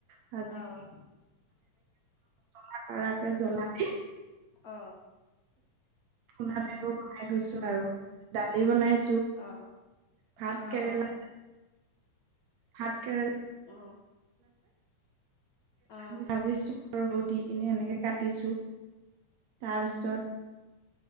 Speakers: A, on the right; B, on the left.
A: ভাজি
B: অ'।
A: লা কাৰাকে জ্বলাকে।
B: অ'।
A: পোনা টাইপৰ বনাই থৈছোঁ আৰু দালি বনাইছোঁ।
B: অ'।
A: ভাত
B: অ অ অ
A: কেৰেলা। ভাত কেৰেলা।
B: অ অ অ অ অ অ অ
A: যে ভাজিছো। আৰু দি কিনে এনেকে কাটিছো তাৰপিছত।